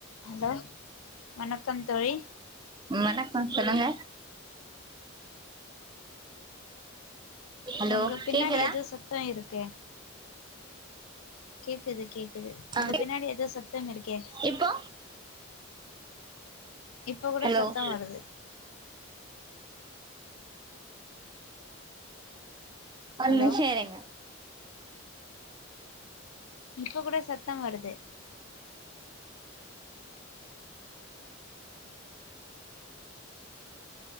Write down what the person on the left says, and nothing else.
Hello வணக்கம் தோழி
உங்க பின்னாடி
எதோ சத்தோ இருக்கே கேக்குது கேக்குது
உங்க பின்னாடி ஏதோ சத்தம் இருக்கே
இப்ப கூட
சத்தம்
வருது
ஹலோ
இப்ப கொட சத்தோ வருது